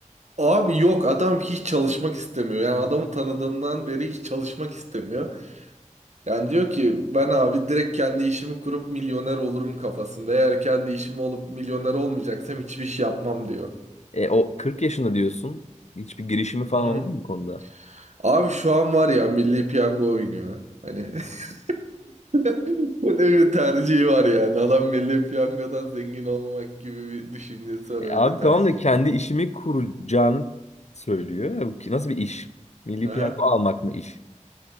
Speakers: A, on the right; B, on the left.
A: Abi yok adam hiç çalışmak istemiyor. Yani adamı tanıdığımdan beri hiç çalışmak istemiyor. Yani diyor ki ben abi direkt kendi işimi kurup milyoner olurum kafasında. Eğer kendi işim olup milyoner olmayacaksam hiçbir şey yapmam diyor.
B: E, o 40 yaşında diyorsun. Hiçbir girişimi falan
A: Hı hı.
B: oldu mu bu konuda?
A: Abi şu an var ya Milli Piyango oynuyor. Hani <laughs> böyle bir tercihi var yani. Adam Milli Piyango'dan zengin olmak gibi bir düşüncesi var
B: E,
A: öyle
B: abi
A: tercih
B: tamam da kendi
A: ediyor da.
B: işimi kuracağını söylüyor. E, bu ki- Nasıl bir iş? Milli
A: Aha.
B: piyango almak mı iş?